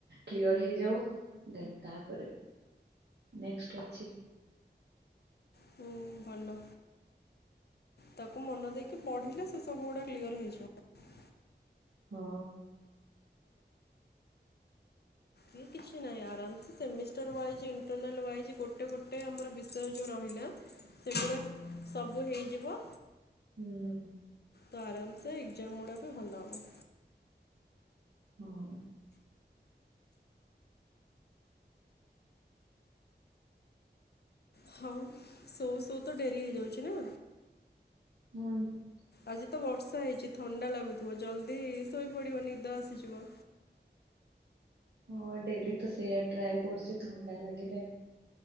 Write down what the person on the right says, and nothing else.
କ୍ଲିୟର ହେଇଯାଉ ଦେନ୍ ତାପରେ ନେଷ୍ଟ୍ ଅଛି।
ହଁ।
ହୁଁ।
ହଁ।
ହଁଁ ତ।
ହଁ ଡେଲି ତ ସେଇୟା ଟ୍ରାଏ କରୁଚି ଥଣ୍ଡା ଲାଗିଲେ